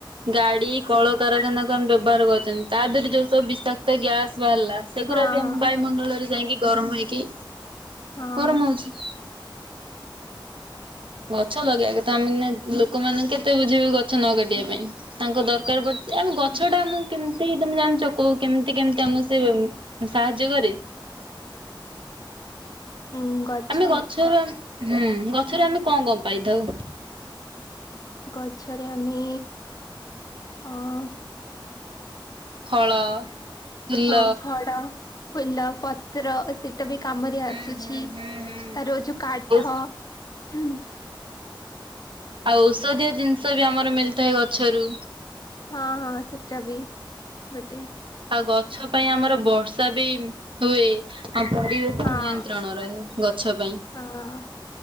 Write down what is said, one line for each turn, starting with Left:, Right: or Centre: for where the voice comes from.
Right: ଗାଡି କଳକାରଖାନା କୁ ଆମେ ବ୍ୟବହାର କରୁଛନ୍ତି ତା ଦେହରେ ଯୋଉ ସବୁ ବିଷାକ୍ତ ଗ୍ୟାସ ବାହାରିଲା ସେଗୁରା
Left: ହଁ
Right: ବି ଆମ
Left: ହଁ
Right: ବାୟୁମଣ୍ଡଳରେ ଯାଇକି ଗରମ ହେଇକି
Left: ହଁ
Right: ଗରମ ହୋଉଛି। ଗଛ ଲଗେଇବା କଥା ଆମେ ନା ଲୋକମାନଙ୍କୁ କେତେ ବୁଝିବୁ ଗଛ ନ କାଟିବା ପାଇଁ। ତାଙ୍କ ଦରକାର ପଡୁଛି ଆମ ଗଛ ଟା ଆମ କେମିତି ତମେ ଜାଣିଛ କ କେମିତି କେମତି ଆମ ସେ ସାହାଯ୍ୟ କରେ।
Left: ଉଁ ଗଛ
Right: ଆମେ ଗଛରୁ ଆମ ହୁଁ ଗଛରୁ ଆମେ କଣ କଣ ପାଇଥାଉ?
Left: ଗଛରେ ଆମେ ହଁ
Right: ଫଳ ଫୁଲ
Left: ହଁ ଫଡ ଫୁଲ ପତ୍ର ସେ ଟା ବି କାମରେ
Right: ହୁଁ
Left: ଆସୁଛି
Right: ହୁଁ ହୁଁ
Left: ତାର ଯୋଉ କାଠ
Right: ହୁଁ
Left: ହୁଁ
Right: ଆଉ ଔଷଧୀୟ ଜିନିଷ ବି ଆମର ମିଳିଥାଏ ଗଛରୁ।
Left: ହଁ ହଁ ସେଟା ବି ଗୋଟେ।
Right: ଆଉ ଗଛ ପାଇଁ ଆମର ବର୍ଷା ବି ହୁଏ। ଆଉ ପରିବେଶ
Left: ହଁ
Right: ନିୟନ୍ତ୍ରଣ ରହେ ଗଛ ପାଇଁ।
Left: ହଁ।